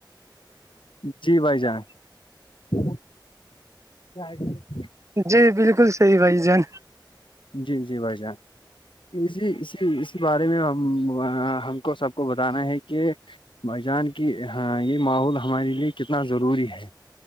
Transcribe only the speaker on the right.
جی بالکل صحیح بھائی جان